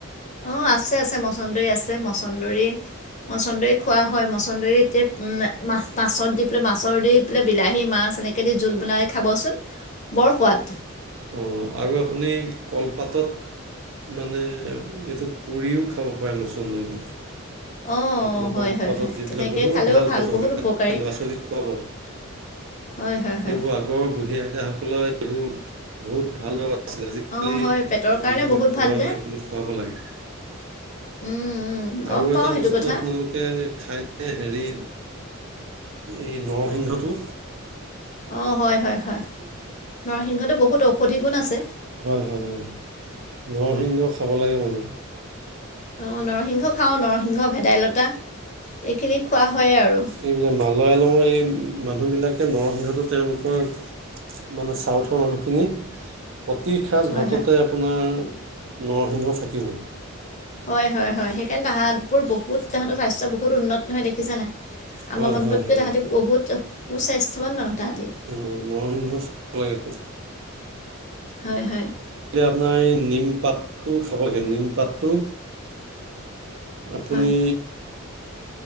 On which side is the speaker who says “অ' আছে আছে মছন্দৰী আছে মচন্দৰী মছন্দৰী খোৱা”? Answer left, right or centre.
Left